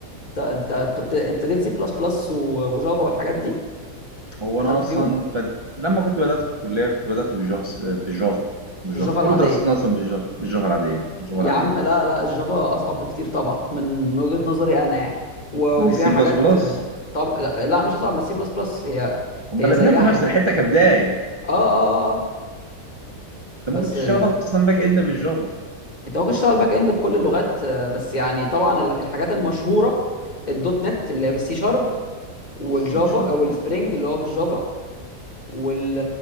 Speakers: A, on the left; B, on the right.
A: انت انت انت بت- انت اديت سي بلس بلس وجافا والحاجات دي
B: هو
A: دخلت
B: انا اصلا
A: فيهم
B: كان لما كنت بدأت في الكلية كنت بدأت بالجافا في الجافا بالجافا
A: الجافا العادية
B: كل دراستنا اصلا بالجافا بالجافا العادية بالجافا
A: يا
B: العادية
A: عم لا لا الجافا اصعب بكتير طبعا من وجهة نظري انا يعني و-
B: من
A: وفيها
B: السي
A: حاجات
B: بلس بلس
A: طب لا, لا مش اصعب من السي بلس بلس هي
B: هما
A: هي
B: الاتنين
A: زيها
B: في نفس
A: يعني
B: الحتة كبداية انت
A: اه اه اه آه. بس
B: ممكن تشتغل
A: ال...
B: اصلا باك اند بالجافا
A: انت ممكن تشتغل باك اند بكل اللغات آه، بس يعني طبعا ال- الحاجات المشهورة الدوت نت اللي هي بالسي شارب والجافا
B: سي شوربة
A: والسبرينج اللي هو بالجافا وال